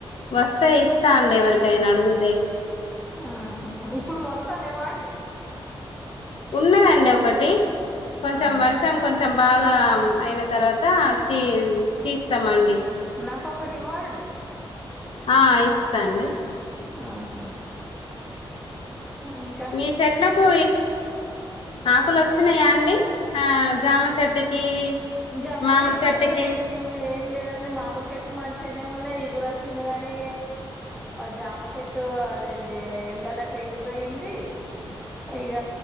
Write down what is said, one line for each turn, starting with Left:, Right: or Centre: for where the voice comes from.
Left: వస్తే ఇస్తా అండి ఎవరికైనా అడుగితే
Centre: మ్ హు ఇప్పుడు మొలకలు లేవ్వ అండి
Left: ఉన్నాయండి ఒకటి కొంచెం
Centre: ఆహా
Left: వర్షం కొంచెం బాగా అయిన తర్వాత తీ తీస్తామ అండి
Centre: నాకు ఒకటి ఇవ్వండి
Left: ఆ ఇస్తాండి
Centre: ఆహ ఇంకా
Left: మీ చెట్లకు ఆకులు వచ్చినాయా అండి ఆ జామ చెట్టుకి
Centre: జామ
Left: మామిడి
Centre: చెట్టు
Left: చెట్టుకి
Centre: ఏం లేదండి మామిడి చెట్టు మంచి మంచిగానే ఉన్నాయి ఈ గురు వచ్చింది కాని జామ చెట్టు అదేంది ఎండలకి ఎండిపోయింది ఇగ